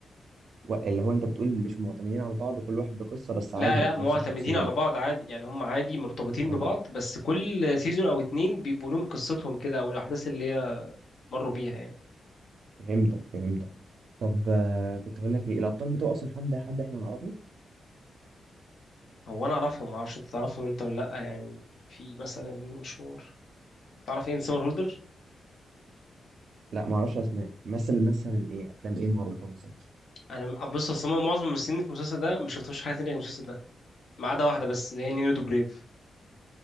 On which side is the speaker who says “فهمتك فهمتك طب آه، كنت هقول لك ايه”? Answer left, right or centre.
Right